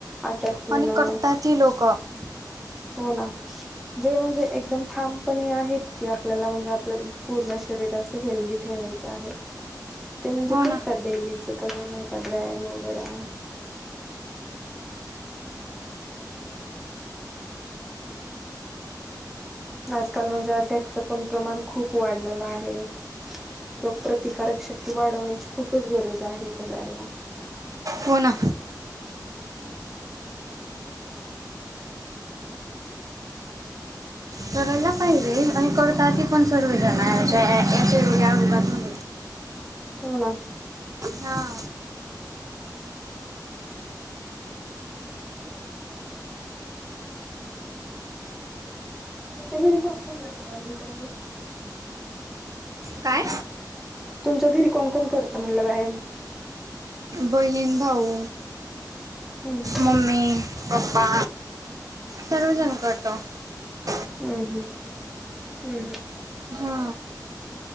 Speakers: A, in the centre; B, on the right.
A: आटॅक येणं
B: आणि करतात ही लोक हो
A: हो ना, जे म्हणजे एकदम थांब पण आहेत की, आपल्याला म्हणजे आपल पूर्ण शरीर अस हेल्दी ठेवायचं आहे. ते म्हणजे करतात
B: ना
A: डेलीच करून येतात. व्यायाम वगैरा. आजकाल म्हणजे, अटॅकच पण प्रमाण खूप वाढलेलं आहे. रोगप्रतिकारक शक्ती वाढवण्याची खूप च गरज आहे, सगळ्यांना.
B: हो ना करायला पाहिजे आणि करता ते पण सर्व जण याच्या याच्या या <unintelligible>
A: हो ना.
B: हा.
A: तुमच्या घरी कोण कोण जातं वॅम करायला <unintelligible>
B: काय
A: तुमच्या घरी कोण कोण करत म्हणलं, व्यायाम.
B: बहीण, भाऊ,
A: हम्म
B: मम्मी, पप्पा, सर्वजण करतात.
A: हम् हम् हम् हम्...
B: हा..